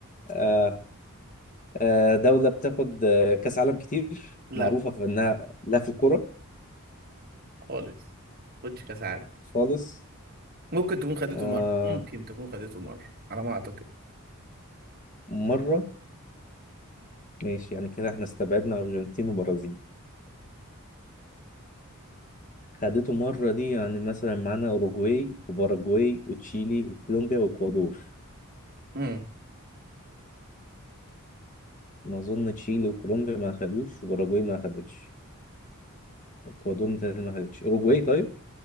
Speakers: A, on the left; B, on the right.
A: آه آه دولة بتاخد آه، كأس عالم كتير
B: لا
A: معروفة في إنها لا في الكورة
B: خالص خدش كاس عالم
A: خالص
B: ممكن تكون خدته
A: آه
B: مره ممكن تكون خدته مره على ما اعتقد
A: مرة ماشي يعني كده احنا استبعدنا أرجنتين وبرازيل خدته مرة دي يعني مثلا معانا أوروجواي وباراجواي وتشيلي وكولومبيا وإكوادور
B: امم
A: ما أظن تشيلي وكولومبيا ما أخدوش وباراجواي ما أخدتش إكوادور متهيألي ما أخدتش أوروجواي طيب